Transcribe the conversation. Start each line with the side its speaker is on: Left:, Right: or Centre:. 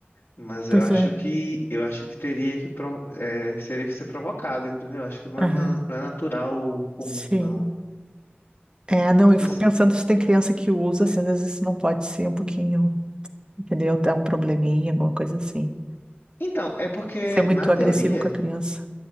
Left: mas
Right: Pois
Left: eu acho
Right: é.
Left: que eu acho que teria que pro- é, seria que ser provocado, entendeu? Acho que não é
Right: Aham.
Left: uma, não é natural ou comum,
Right: Sim.
Left: não.
Right: É, não, eu fico
Left: Mas
Right: pensando se tem criança que usa, se às vezes isso não pode ser um pouquinho, entendeu? Dá um probleminha, alguma coisa assim.
Left: então, é porque
Right: Ser muito
Left: na teoria,
Right: agressivo com a criança.